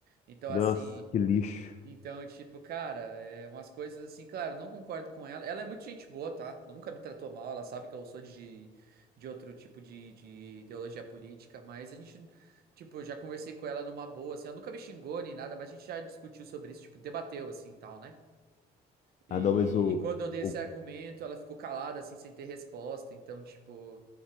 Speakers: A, on the right; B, on the left.
A: Então,
B: Nossa,
A: assim,
B: que lixo.
A: então, tipo, cara, é umas coisas assim, claro, não concordo com ela. Ela é muito gente boa, tá? Nunca me tratou mal, ela sabe que eu sou de, de outro tipo de, de ideologia política, mas a gente, tipo, já conversei com ela numa boa, assim, ela nunca me xingou nem nada, mas a gente já discutiu sobre isso, tipo, debateu, assim, tal, né? E,
B: Ah, não, mas o,
A: e quando eu dei esse
B: o
A: argumento, ela ficou calada, assim, sem ter resposta, então, tipo...